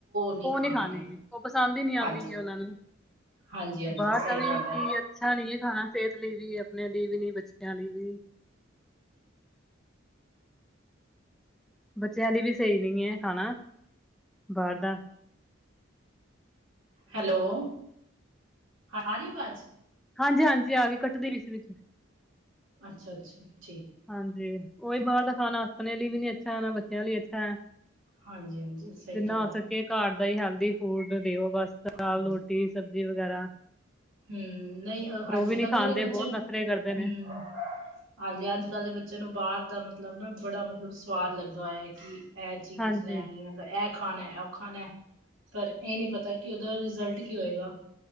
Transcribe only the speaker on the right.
ਨਹੀਂ
ਖਾਣਗੇ
ਹਾਂਜੀ
ਹਾਂਜੀ ਹਾਂਜੀ
ਸਹੀ
ਗੱਲ
ਹੈ
ਹੈਲੋ, ਹਾਂ ਆ ਰੀ ਏ ਵਾਜ਼?
ਅੱਛਾ-ਅੱਛਾ।
ਹਾਂਜੀ ਹਾਂਜੀ ਸਹੀ
ਗੱਲ
ਹੈ
ਹਾਂਜੀ
ਹੂੰ ਨਹੀਂ ਅ
ਹਾਂਜੀ
ਅਗਰ
ਬੱਚੇ
ਹੂੰ
ਹਾਂਜੀ ਅੱਜ ਕੱਲ੍ਹ ਦੇ ਬੱਚਿਆਂ ਨੂੰ ਬਾਹਰ ਦਾ ਮਤਲਬ ਨਾ ਬੜਾ ਮਤਲਬ ਸਵਾਦ ਲੱਗਾ ਹੋਇਆ ਕਿ- ਮੈਂ ਐ ਚੀਜ਼
ਲੈਣੀ ਆ <unintelligible> ਖਾਣ ਉਹ ਖਾਣਾ, ਪਰ ਇਹ ਨੀ ਪਤਾ ਕਿ ਉਹਦਾ ਰਿਜ਼ਲਟ ਕੀ ਹੋਏਗਾ।